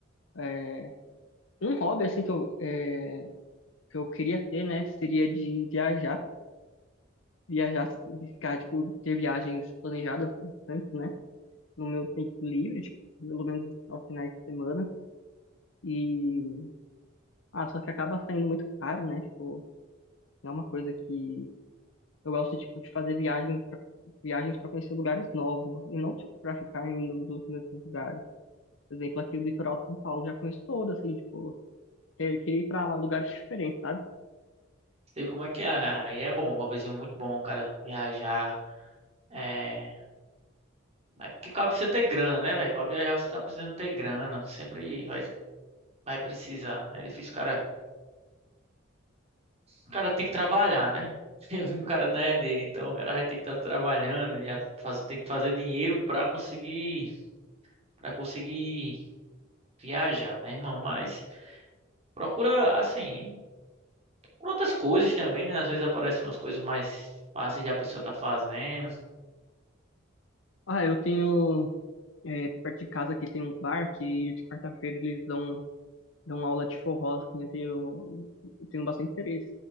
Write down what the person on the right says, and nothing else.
Sei como é que é. Aí é bom, um hobbyzinho muito bom, cara. Viajar. É, Mas porque pra você ter grana, né, velho? Pra viajar você tá precisando ter grana. Sempre vai, vai precisar. É difícil, o cara. O cara tem que trabalhar, né? <laughs> O cara não é herdeiro, então o cara vai ter que estar trabalhando e a- faz- tem que fazer dinheiro pra conseguir para conseguir viajar, né, irmão? Mas procura assim, procura outras coisas também, né? Às vezes aparecem umas coisas mais fáceis de a pessoa tá fazendo.